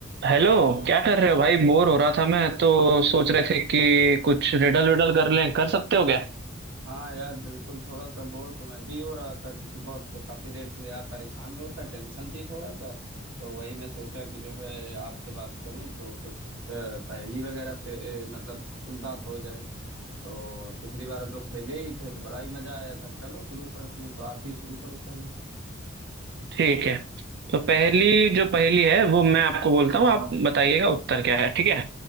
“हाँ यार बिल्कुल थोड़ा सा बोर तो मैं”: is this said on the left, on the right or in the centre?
Right